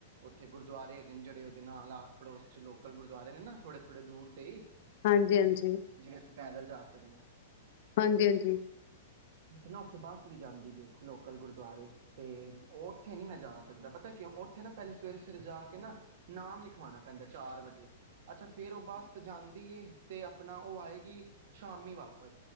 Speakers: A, on the right; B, on the left.
A: ਉੱਥੇ ਗੁਰਦੁਆਰੇ ਹੈਗੇ ਨੇ ਜਿਹੜੇ ਉਹਦੇ ਨਾਲ ਆਸ ਪੜੋਸ ਚ ਲੋਕਲ ਗੁਰਦੁਆਰੇ ਨੇ ਨਾ ਥੋੜੇ ਥੋੜੇ ਦੂਰ ਤੇ
B: ਹਾਂਜੀ ਹਾਂਜੀ
A: ਜਿਵੇਂ ਅਸੀਂ ਪੈਦਲ ਜਾ ਸਕਦੇ ਹਾਂ
B: ਹਾਂਜੀ ਹਾਂਜੀ
A: ਇੱਕ ਨਾ ਉੱਥੇ ਬੱਸ ਵੀ ਜਾਂਦੀ ਜੇ ਲੋਕਲ ਗੁਰਦੁਆਰੇ ਤੇ ਉੱਥੇ ਨੀ ਮੈਂ ਜਾ ਸਕਦਾ ਪਤਾ ਕਿਉਂ ਉੱਥੇ ਨਾ ਪਹਿਲੇ ਸਵੇਰੇ ਸਵੇਰੇ ਜਾ ਕੇ ਨਾ ਨਾਮ ਲਿਖਵਾਉਣਾ ਪੈਂਦਾ ਚਾਰ ਵਜੇ ਅੱਛਾ ਫੇਰ ਉਹ ਬਸ ਜਾਂਦੀ ਏ ਤੇ ਆਪਣਾ ਉਹ ਆਏਗੀ ਸ਼ਾਮੀ ਵਾਪਿਸ